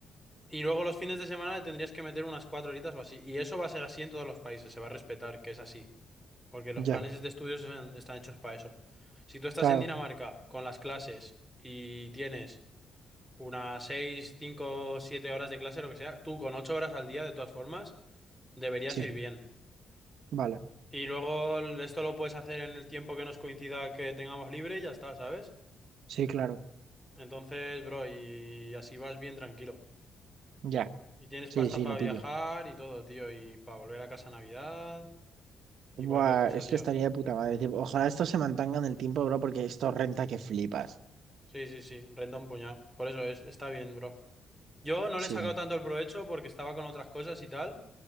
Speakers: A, in the centre; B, on the right.
A: Y luego los fines de semana le tendrías que meter unas 4 horitas o así. Y eso va a ser así en todos los países, se va a respetar que es así, porque los
B: ya,
A: planes de estudios están están hechos para eso. Si tú estás
B: claro,
A: en Dinamarca con las clases y tienes... unas 6 5 7 horas de clase, lo que sea, tú con 8 horas al día, de todas formas, deberías
B: sí,
A: ir bien.
B: vale,
A: Y luego esto lo puedes hacer en el tiempo que nos coincida que tengamos libre y ya está, ¿sabes?
B: sí, claro,
A: Entonces, bro, y así vas bien tranquilo.
B: ya,
A: Y tienes
B: sí,
A: pasta
B: sí,
A: para
B: lo
A: viajar
B: pillo.
A: y todo, tío, y para volver a casa a Navidad y
B: Buah,
A: cualquier cosa,
B: es
A: tío.
B: que estaría de puta madre, tipo, ojalá esto se mantenga en el tiempo, bro, porque esto renta que flipas.
A: Sí, sí, sí, renta un puñado. Por eso es, está bien, bro. Yo no
B: Sí,
A: le he sacado tanto el provecho porque estaba con otras cosas y tal.